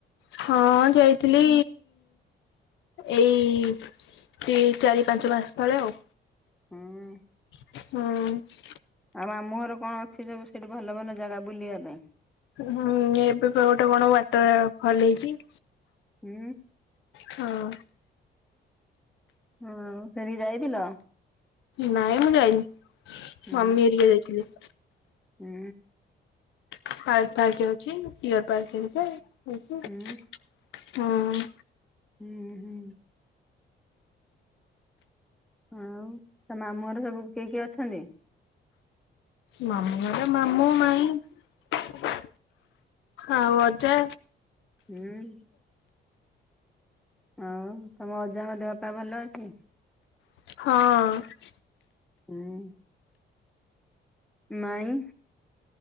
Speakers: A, on the left; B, in the centre.
A: ହଁ ଯାଇଥିଲି ଏଇ ଦି ଚାରି ପାଞ୍ଚ ମାସ ତଳେ ଆଉ।
B: ହୁଁ
A: ହୁଁ।
B: ଆଉ ମାମୁଁ ଘର କଣ ଅଛି ସବୁ ସେଠି ଭଲ ଭଲ ଜାଗା ବୁଲିବା ପାଇଁ?
A: ହୁଁ ଏବେ ପା ଗୋଟେ କଣ ୱାଟର ଫଲ୍ ହେଇଚି।
B: ହୁଁ।
A: ହଁ।
B: ହୁଁ ସେଠିକି ଯାଇଥିଲ?
A: ନାଇଁ ମୁଁ ଯାଇନି ମମି
B: ହୁଁ
A: ହେରିକା ଯାଇଥିଲେ।
B: ହୁଁ।
A: ପାର୍କ ପାର୍କ ଅଛି ଡି଼ଅର ପାର୍କ <unintelligible>
B: ହୁଁ
A: ହଁ।
B: ହୁଁ ହୁଁ। ଆଉ ତମ ମାମୁଁ‌ ଘର ସବୁ କିଏ କିଏ ଅଛନ୍ତି?
A: ମାମୁଁ ଘର ମାମୁଁ, ମାଇଁ ଆଉ ଅଜା?
B: ହୁଁ ଆଉ ତମ ଅଜା ଙ୍କ ଦେହ ପା ଭଲ ଅଛି?
A: ହଁ।
B: ହୁଁ ମାଇଁ?